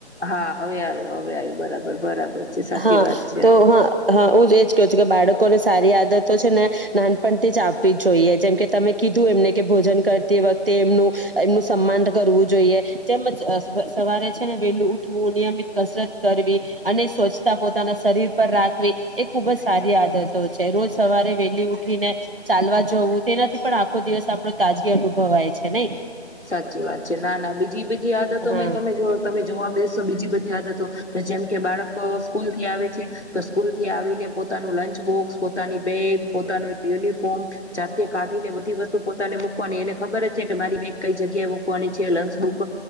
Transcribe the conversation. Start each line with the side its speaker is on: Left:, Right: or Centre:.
Left: હા હવે આવ્યો હવે આવ્યો. બરાબર બરાબર. છે સાચી
Right: હા
Left: વાત છે
Right: તો હ, હા, હું જ એજ કહ છું કે બાળક. લોકોને સારી આદતો છે ને નાનપણથી જ આપવી જોઈએ જેમ કે તમે કીધું એમને કે ભોજન કરતી વખતે એમનું એમનું સન્માન કરવું જોઈએ જેમ જ સવારે છે ને વેલું ઉઠવું નિયમિત કસરત કરવી અને સ્વચ્છ પોતાના શરીર પર રાખવી એ ખુબ જ સારી આદતો છે રોજ સવારે વેલી ઉઠીને ચાલવા જવું તેનાથી પણ આખો દિવસ આપણો તાજગી અનુભવાય છે નઈ
Left: સાચી વાત છે ના ના બીજી બધી આદતોમાં
Right: હા
Left: તમે જો તમે જોવા બેસો બીજી બધી આદતો જેમ કે બાળક સ્કૂલ થી આવે છે તો સ્કૂલ થી આવી પોતાનું લંચ બોક્સ પોતાની બેગ પોતાનું યુનિફોર્મ જાતે કાઢીને બધી વસ્તુ પોતાને મૂકવાની એને ખબર જ છે કે મારી બે કઈ જગ્યાએ મકવાની છે લંચ બુક